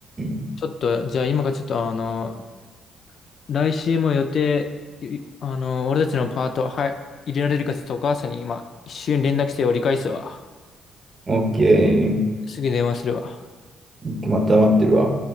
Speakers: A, on the right; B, on the left.
A: ん
B: ちょっと、じゃあ今からちょっと、あの、来週も予定、いあの、俺たちのパート、はい、入れられるかちょっとお母さんに今、一瞬連絡して折り返すわ。
A: うん。オッケ
B: すぐ電話するわ。
A: ー。また待ってるわ。